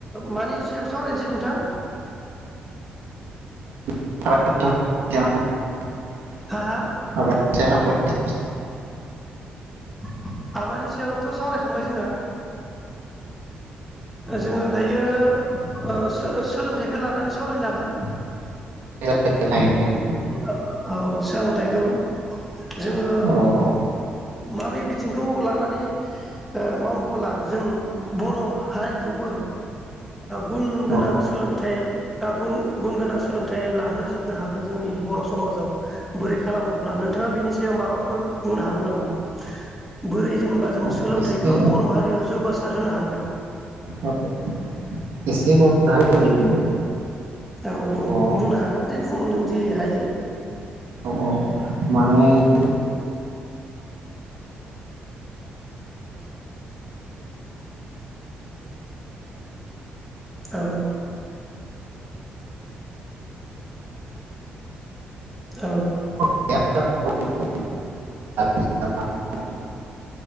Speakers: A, in the centre; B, on the right (about 75°).
A: मानि सायाव सावरायनोसै नोंथां?
B: <unintelligible>
A: हा हा
B: <unintelligible>
A: <unintelligible> सायावथ' सावरायखांबाय जोङो जोङो दायो ओ हो सोलोंथाइखौ लानानै सावरायनो हागोन
B: <unintelligible>
A: ओ औ सोलोंथाइखौ जोङो
B: औ
A: माबे बिथिंखौ लानानै ओ मावोब्ला जों बर' हारिखौबो गुन गोनां
B: औ
A: सोलोंथाइ गुन गोनां सोलोंथाइ लाहोजोबनो हागोन जोंनि बर' समाजाव बोरै खालामोब्ला नोंथाङा बिनि सायाव माबाफोर बुंनो हागोन नामा बोरै जेनेबा जों
B: औ
A: सोलोंथाइखौ
B: एसे
A: बर' हारियाव जौगासा हागोन हागोन
B: औ एसेब <unintelligible>
A: औ बुंनो
B: ओरैनो
A: हागोन दे बुं नों जि हायो
B: औ औ माने <unintelligible>
A: औ औ
B: <unintelligible> <unintelligible>